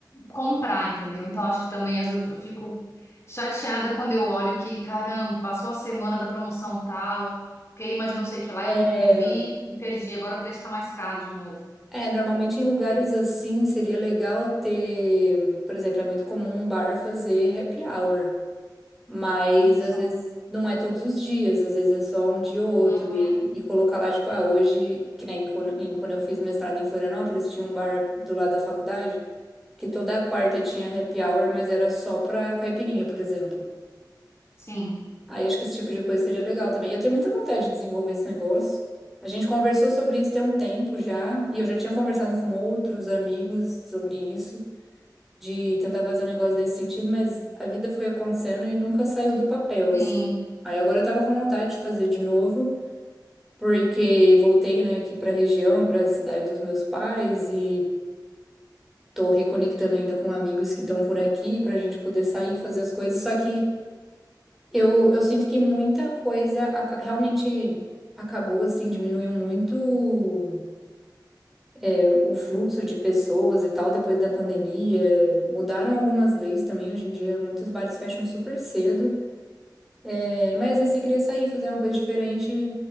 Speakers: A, on the left (about 35°); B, in the centre.
A: comprar, entendeu? Então acho que também às vezes eu fico chateada quando eu olho que, caramba, passou a semana da promoção tal, queima de não sei o que lá,
B: E
A: eu não, não vi, perdi, agora o preço tá mais caro de novo.
B: É, normalmente em lugares assim seria legal ter, por exemplo, é muito comum um bar fazer happy hour, mas
A: Isso.
B: às vezes não é todos os dias, às vezes é só um dia ou outro,
A: Uhum.
B: e, e colocar lá, tipo, ah, hoje, que nem quando, em- quando eu fiz mestrado em Florianópolis, tinha um bar do lado da faculdade que toda quarta tinha happy hour, mas era só pra caipirinha, por exemplo.
A: Sim,
B: Aí acho que esse tipo de coisa seria legal também. Eu tenho muita vontade de desenvolver esse negócio. A gente conversou sobre isso tem um tempo já, e eu já tinha conversado com outros amigos sobre isso, de tentar fazer um negócio nesse sentido, mas a vida foi acontecendo e nunca saiu do papel,
A: sim,
B: assim. Aí agora eu tava com vontade de fazer de novo, porque voltei, né, aqui pra região, pra cidade dos meus pais, e tô reconectando ainda com amigos que estão por aqui pra gente poder sair e fazer as coisas, só que Eu, eu sinto que muita coisa aca- realmente acabou, assim, diminuiu muito é, o fluxo de pessoas e tal depois da pandemia. Mudaram algumas leis também. Hoje em dia, muitos bares fecham super cedo. É, mas aí você queria sair, fazer uma coisa diferente,